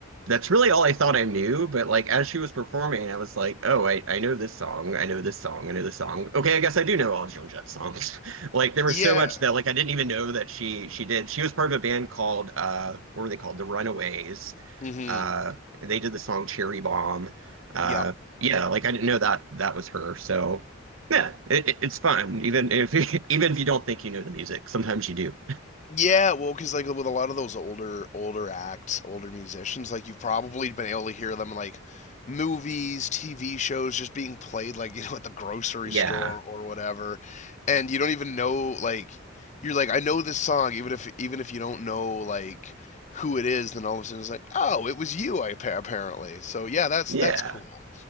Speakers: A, on the right (about 80°); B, on the left (about 35°).
A: that's really all I thought I knew, but like as she was performing, I was like, oh, I, I know this song, I know this song, I know this song. Okay, I guess I do know all Joan Jett songs. <laughs> like there
B: Yeah.
A: was so much that like I didn't even know that she she did. She was part of a band called uh what were they called? The Runaways.
B: Mm-hmm.
A: Uh they did the song Cherry Bomb. Uh
B: Yep.
A: yeah, like I didn't know that that was her. So yeah, it, it- it's fun. Even if <laughs> even if you don't think you know the music, sometimes you do.
B: Yeah, well, because like with a lot of those older older acts, older musicians, like you've probably been able to hear them in, like movies, TV shows just being played like <laughs> you know at the grocery
A: Yeah.
B: store or whatever, and you don't even know like you're like I know this song even if even if you don't know like who it is, then all of a sudden it's like oh it was you I appa- apparently. So yeah, that's
A: Yeah.
B: that's cool.